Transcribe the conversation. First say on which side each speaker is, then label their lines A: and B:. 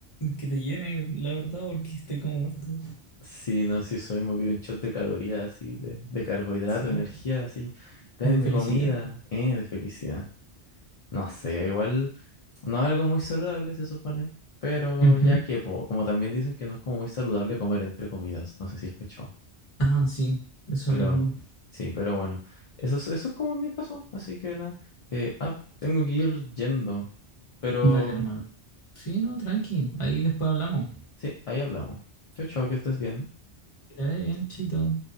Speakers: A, on the left; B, on the left.
A: que te llene, la verdad, porque estoy como muerto.
B: Sí, no, sí, eso mismo, quiero un shot de calorías, así, de, de carbohidrato,
A: Sí,
B: energía, así, denme
A: de felicidad.
B: comida, eh, de felicidad. No sé, igual no es algo muy saludable, se supone, pero
A: Ujú.
B: ya que, po, como también dicen que no es como muy saludable comer entre comidas, no sé si es cachado,
A: Ah, sí, eso
B: pero
A: mismo.
B: sí, pero bueno, eso es, eso es como en mi caso, así que nada, eh, ah, tengo que ir yendo, pero
A: Dale, hermano. Sí, no, tranqui, ahí después hablamos.
B: sí, ahí hablamos. Chao, chao, que estés bien.
A: Que te vaya bien, chito.